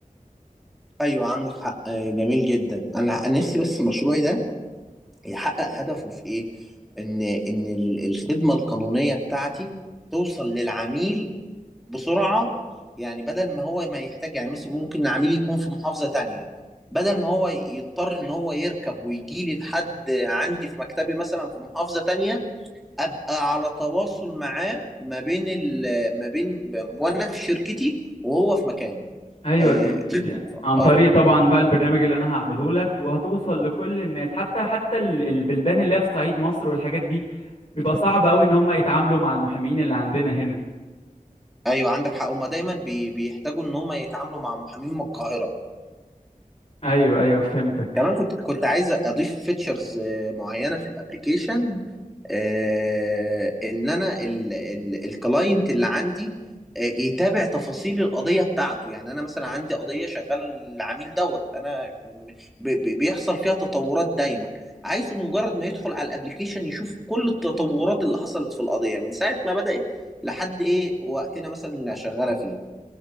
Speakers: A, in the centre; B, on the left.
A: ايوه عندك حق آه، جميل جدا انا أنا نفسي بس مشروعي ده يحقق هدفه في ايه ان ان ال- الخدمة القانونية بتاعتي توصل للعميل بسرعه يعني بدل ما هو ما يحتاج يعني مثلا ممكن عميل يكون في محافظه تانية بدل ما هو يضطر ان هو يركب ويجي لي لحد عندي في مكتبي مثلا في محافظه تانية ابقى على تواصل معاه ما بين ال ما بين وانا في شركتي وهو في مكانه
B: ايوه
A: آه،
B: دي,
A: دي
B: دي عن
A: اه
B: طريق طبعا بقى البرنامج اللي انا هعمله لك وهتوصل لكل الناس حتى حتى ال- البلدان اللي هي في صعيد مصر والحاجات دي بيبقى صعب قوي ان هم يتعاملوا مع المحامين اللي عندنا هنا
A: ايوه عندك حق هما دايما بي- بيحتاجوا ان هما يتعاملوا مع محامين من القاهره
B: ايوه ايوه فهمتك
A: كمان كنت كنت عايز اضيف فيتشرز معينه في الابليكيشن آه، ان انا الكلاينت اللي عندي آه، يتابع تفاصيل القضيه بتاعته يعني انا مثلا عندي قضيه شغاله للعميل دوت انا ب- ب- بيحصل فيها تطورات دايما عايزه مجرد ما يدخل على الابليكيشن يشوف كل التطورات اللي حصلت في القضيه من ساعه ما بدات لحد ايه وقتنا مثلا اللي شغاله فيه